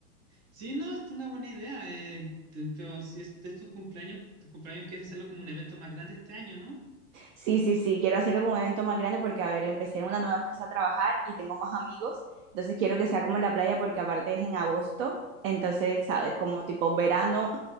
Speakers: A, on the right; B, on the right.
A: Sí, no, es una buena idea, eh, te- pero si es, es tu cumpleaños, tu cumpleaños quieres hacerlo como un evento más grande este año, ¿no?
B: Sí, sí, sí, quiero hacerlo como un evento más grande porque, a ver, empecé en una nueva empresa a trabajar y tengo más amigos, entonces quiero que sea como en la playa porque aparte es en agosto, entonces, ¿sabes? Como tipo verano,